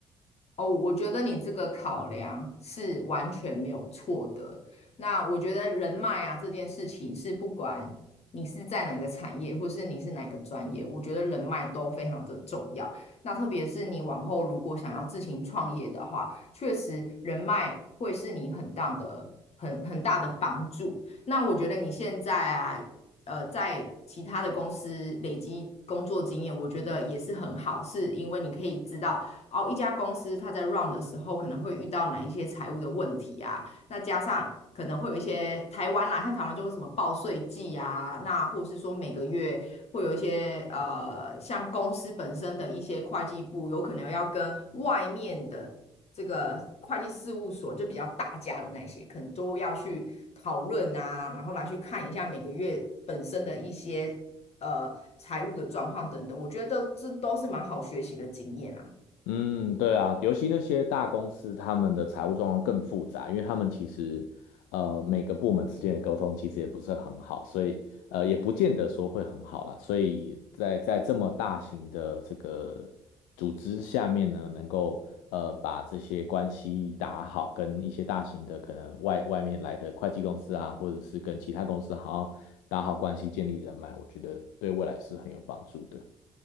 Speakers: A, on the left; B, on the left.
A: 哦，我觉得你这个考量是完全没有错的。那我觉得人脉啊这件事情是不管你是在哪个产业，或是你是哪个专业，我觉得人脉都非常的重要。那特别是你往后如果想要自行创业的话，确实人脉会是你很大的、很很大的帮助。那我觉得你现在啊。呃，在其他的公司累积工作经验，我觉得也是很好，是因为你可以知道哦，一家公司它在 run 的时候可能会遇到哪一些财务的问题啊？那加上可能会有一些台湾啦，像台湾就会什么报税季啊，那或是说每个月会有一些呃，像公司本身的一些会计部有可能要跟外面的这个会计事务所，就比较大家的那些，可能都要去讨论啊，然后来去看一下每个月本身的一些呃财务的状况等等。我觉得这都是蛮好学习的经验啦。
B: 嗯，对啊，尤其那些大公司，他们的财务状况更复杂，因为他们其实呃每个部门之间的沟通其实也不是很好，所以呃也不见得说会很好啦。所以在在这么大型的这个组织下面呢，能够呃把这些关系打好，跟一些大型的可能外外面来的会计公司啊，或者是跟其他公司好好打好关系，建立人脉，我觉得对未来是很有帮助的。